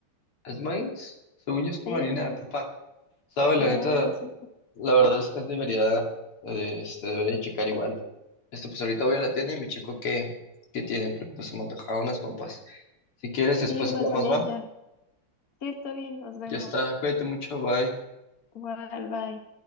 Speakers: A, on the left; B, on the left.
A: ¿Es maíz? Según yo es como
B: Sí,
A: harina
B: es maíz.
A: de papa. Sabe, la
B: No,
A: neta,
B: no sé.
A: la verdad es, es debería, eh, este, debería checar igual. Esto, pues ahorita voy a la tienda y me checo qué, qué tienen, porque pues se me antojaron unas papas. Si quieres, después
B: Sí, igual
A: hablamos,
B: voy a
A: va.
B: ir ya. Sí, está bien, nos vemos.
A: Ya está, cuídate mucho, bye.
B: Igual, bye.